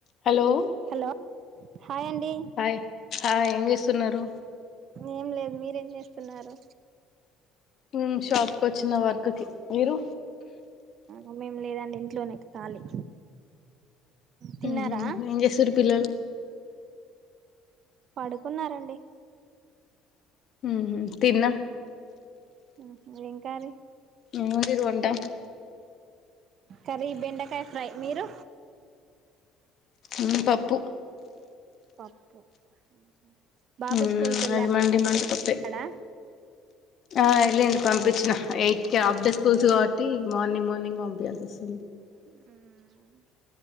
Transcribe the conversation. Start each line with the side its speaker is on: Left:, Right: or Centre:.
Left: Hello
Right: hello hi అండీ
Left: hi hi ఏం చేస్తున్నారు
Right: ఏం లేదు మీరేం చేస్తున్నారు
Left: ఉమ్ షాప్ కు వచ్చిన వర్క్ కి మీరు
Right: ఆ మేమ్ లేదండి ఇంట్లోనే ఖాళీ తిన్నారా
Left: మ్మ్ ఏం చేస్తురు పిల్లలు
Right: పడుకున్నారండి
Left: ఊహు తిన్న
Right: ఉహు ఏం కర్రీ
Left: ఏం వండిరు వంట
Right: కర్రీ బెండకాయ్ ఫ్రై మీరు
Left: ఉమ్ పప్పు
Right: పప్పు ఉమ్ హు బాబు
Left: మ్మ్
Right: స్కూల్ కెళ్లా
Left: అది మండి మండి పప్పే
Right: డా
Left: ఆ ఎళ్ళిండు పంపిచ్చిన ఎయి ట్కే హాఫ్ డే స్కూల్స్ కాబట్టి మార్నింగ్ మార్నింగ్ పంపియాల్సి వస్తుంది.
Right: మ్మ్